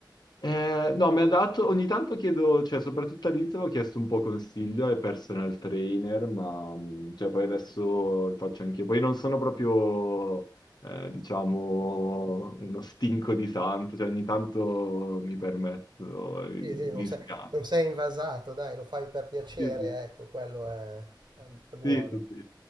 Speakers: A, on the left; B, on the right.
A: Eh, no, mi ha dato, ogni tanto chiedo, cioè soprattutto all'inizio avevo chiesto un po' consiglio ai personal trainer, ma mh, cioè, poi adesso lo faccio anch'io. Poi non sono proprio, eh, diciamo, uno stinco di santo, cioè ogni tanto mi permetto gli
B: Sì, sì, non sei,
A: sgarri.
B: non sei invasato, dai, lo fai per piacere,
A: Sì, sì.
B: ecco, quello è, è buono.
A: Sì, sì, sì.